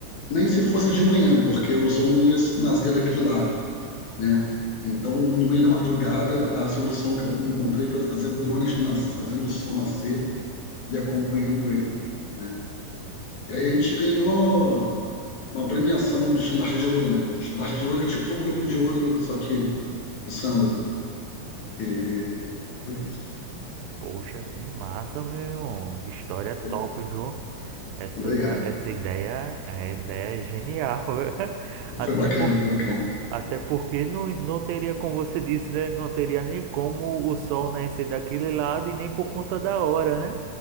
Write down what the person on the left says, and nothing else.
Nem se fosse de manhã, porque o sol não ia nascer daquele lado, né? Então, no meio da madrugada, a solução que eu encontrei foi fazer drones nas, fazendo o sol nascer e acompanhando ele, né? E aí a gente ganhou
uma premiação do Estandarte de Ouro, né? O Estandarte de Ouro é tipo o Globo de Ouro, só que o samba. E foi isso.
É,
legal.
Foi bacana,
foi bacana.